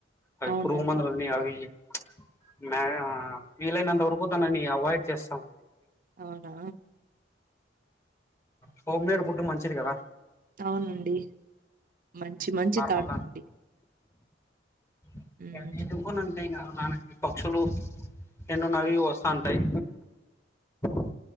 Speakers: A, on the left; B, on the right.
A: అవి
B: అవునండి
A: పురుగు మందులని అవి ఇవి మై వీలైనంత వరుకుతునని అవాయిడ్ చేస్తాం
B: అవునా
A: హోమ్మేడ్ ఫుడ్ మంచిది కదా
B: అవునండి మంచి మంచి
A: నార్మల్
B: థాట్ అండి
A: <unintelligible>
B: హ్మ్.
A: ఇంకా అ పక్షులు ఎన్నోన్నవి వస్తా ఉంటాయి ఆ